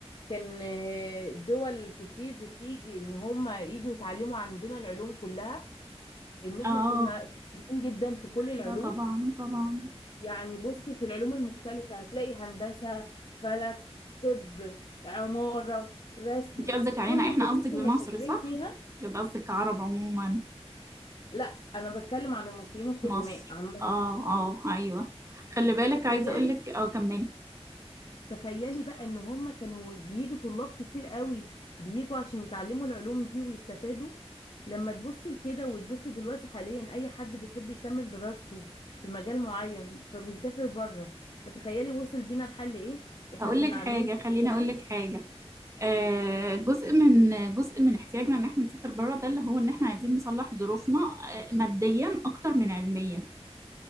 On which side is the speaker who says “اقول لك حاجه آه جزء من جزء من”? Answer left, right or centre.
Right